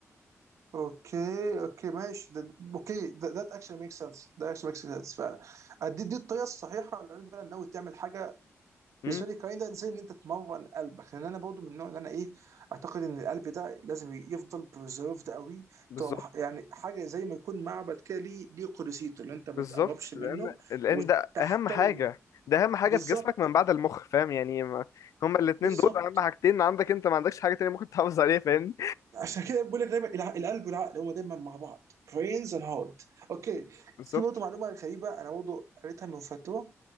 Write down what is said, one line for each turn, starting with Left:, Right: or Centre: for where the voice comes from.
Right: اوكي اوكي ماشي ده اوكي ذات اكشن ميك سنس ده اكشن ميك سنس فعلا دي دي الطريقه الصحيحه لو انت فعلا ناوي تعمل حاجه
Left: امم
Right: بالنسبه لي الكلام ده زي ان انت تمرن قلبك لان انا برضو من النوع اللي انا ايه اعتقد ان القلب ده لازم يفضل بريزرفد قوي
Left: بالظبط
Right: تبقى مح- يعني حاجه زي ما يكون معبد كده ليه ليه قدسيته اللي انت ما
Left: بالظبط
Right: تقربش
Left: لان
Right: منه
Left: لان
Right: وتحترمه
Left: ده اهم حاجه ده اهم حاجه
Right: بالظبط
Left: في جسمك من بعد المخ فاهم يعني ما هما الاتنين
Right: بالظبط
Left: دول اهم حاجتين عندك انت ما عندكش حاجه تانية ممكن تحافظ عليها فاهمني
Right: عشان كده بقول لك دايما الع- القلب والعقل هما دايما مع بعض brains and heart اوكي
Left: بالظبط
Right: في برضه معلومه غريبه انا برضه قريتها من فتره